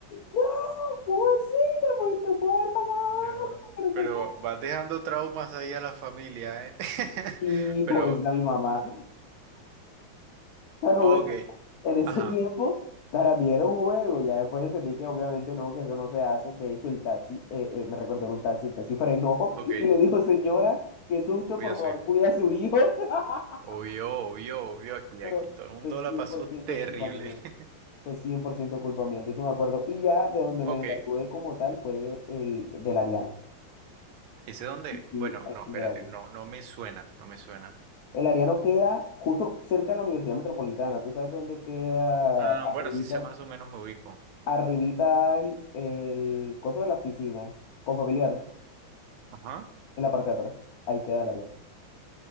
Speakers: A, on the left (about 65°); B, on the right (about 85°).
A: No, ¿Cómo así te pudiste haber pasado
B: No,
A: algo? Que no
B: pero
A: sé qué.
B: vas dejando traumas ahí a la familia, ¿eh? <laughs>
A: Y
B: Pero,
A: pobrecita mi mamá. Pero
B: ok,
A: bueno, en ese
B: ajá.
A: tiempo para mí era un juego. Ya después entendí que obviamente no, que eso no se hace. De hecho, el taxi, eh, eh, me recordó en un taxi, el taxi frenó
B: Ok,
A: <laughs> y le dijo, señora, qué susto,
B: cuida
A: por
B: a
A: favor,
B: su hijo.
A: cuida a su hijo. <laughs>
B: Obvio, obvio, obvio, aquí,
A: Pero
B: aquí. Todo el mundo
A: pues
B: la
A: cien
B: pasó
A: por ciento
B: terrible.
A: culpa mía.
B: <laughs>
A: Pues 100% culpa mía, de eso me acuerdo. Y ya de donde
B: Ok,
A: me gradué como tal fue el del Ariano.
B: ¿ese dónde?
A: Sí,
B: Bueno,
A: así
B: no, espérate,
A: me gradué.
B: no, no me suena, no me suena.
A: El Ariano queda justo cerca de la Universidad Metropolitana. ¿Tú sabes dónde queda
B: Ah,
A: arribita?
B: bueno, sí sé más o menos me ubico.
A: Arribita hay el coso de las piscinas, con familiar,
B: Ajá.
A: en la parte de atrás. Ahí queda el Ariano.